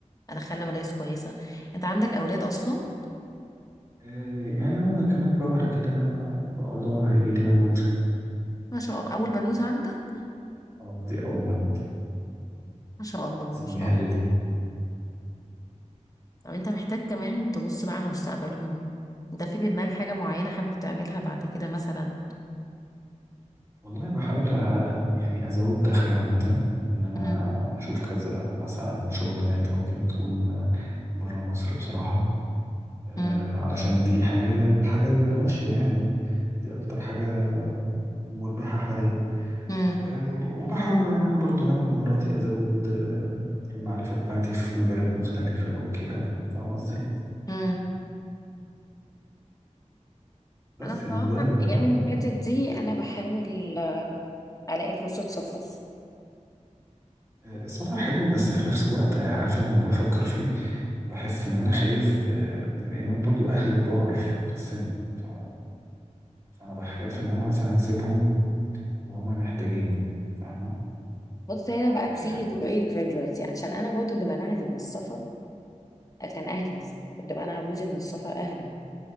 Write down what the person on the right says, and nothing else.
آه يعني ممكن كمان شهر كده ان شاء الله هيجي لي بنوته
اه دي اول بنوته
هسميها
ليلي
والله بحاول أ- يعني ازود دخلي عامه ان انا
اشوف كذا مثلا شغلانات او كده تكون بره مصر بصراحه آه،
علشان دي حاليا الحاجة اللي ماشية يعني دي أكتر حاجة مربحة حاليا
آه، وبحاول يعني أنا برضو أنمي مهاراتي أزود آه، المعرفة بتاعتي في مجالات مختلفة وكده فاهم قصدي؟
بس
يعني ده ال-
آه،
السفر حلو بس في نفس الوقت آه، عارفة لما بفكر فيه بحس إن أنا خايف آه، لأن أنا برضو أهلي كبار في السن ف... فأنا بخاف إن أنا مثلا أسيبهم وهما محتاجيني فاهمة؟
آه،